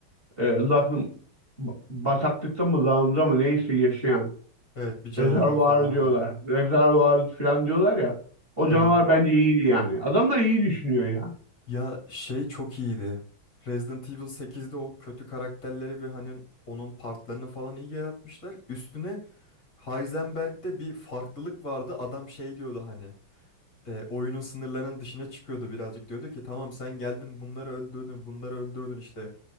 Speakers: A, on the right; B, on the left.
A: e, lahım ba- bataklıkta mı lağımda mı neyse yaşayan
B: Evet bir canavar
A: rezervuar
B: falan
A: diyorlar.
B: vardı.
A: Rezervuar falan diyorlar ya. O
B: Aynen.
A: canavar bence iyiydi yani. Adamlar iyi düşünüyor ya.
B: Ya şey çok iyiydi. Resident Evil 8'de o kötü karakterleri ve hani onun partlarını falan iyi yaratmışlar. Üstüne Heisenberg'de bir farklılık vardı. Adam şey diyordu hani e, oyunun sınırlarının dışına çıkıyordu birazcık. Diyordu ki tamam sen geldin bunları öldürdün bunları öldürdün işte.